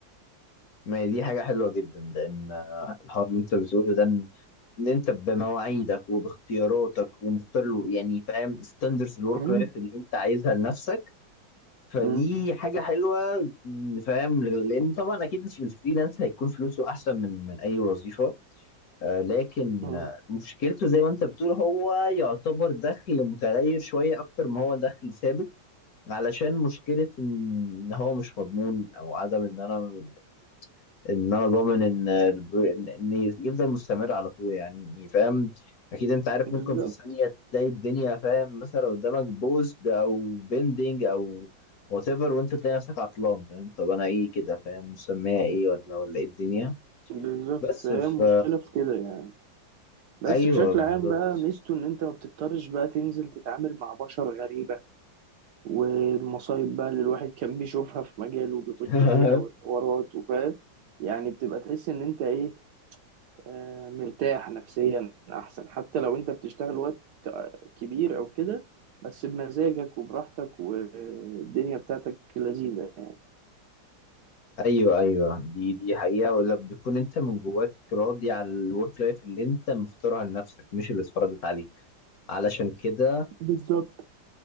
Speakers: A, on the left; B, on the right.
A: ما هي دي حاجه حلوه جدا لان الحوار اللي انت بتقوله ده ان انت بمواعيدك وباختياراتك ومختار له- يعني فاهم ستاندرز الورك
B: مم.
A: لايف اللي انت عايزها لنفسك فدي
B: مم.
A: حاجة حلوة م، فاهم لأن طبعا أكيد في الفريلانس هيكون فلوسه أحسن من من أي وظيفة آه، لكن
B: مم.
A: آه، مشكلته زي ما أنت بتقول هو يعتبر دخل متغير شوية أكتر ما هو دخل ثابت علشان مشكلة إن هو مش مضمون أو عدم إن أنا ان انا ضامن ان البرو... ان إن يفضل مستمر على طول يعني فاهم اكيد انت عارف
B: بالظبط
A: ممكن في ثانيه تلاقي الدنيا فاهم مثلا قدامك بوست او بندنج او وات ايفر وانت تلاقي نفسك عطلان فاهم طب انا ايه كده فاهم مسميها ايه ولا ولا ايه الدنيا
B: بالظبط
A: بس
B: فهي
A: ف
B: المشكلة في كده يعني بس
A: ايوه
B: بشكل
A: بالظبط
B: عام بقى ميزته ان انت ما بتضطرش بقى تنزل تتعامل مع بشر غريبة والمصايب بقى اللي الواحد كان بيشوفها في مجاله وبيخش
A: <laughs>
B: فيها والحوارات وفاهم يعني بتبقى تحس ان انت ايه آه، مرتاح نفسيا احسن حتى لو انت بتشتغل وقت آه، كبير او كده بس بمزاجك وبراحتك والدنيا بتاعتك لذيذة يعني
A: ايوه ايوه دي دي حقيقه ولا بيكون انت من جواك راضي على الورك لايف اللي انت مختارها لنفسك مش اللي اتفرضت عليك علشان كده
B: بالظبط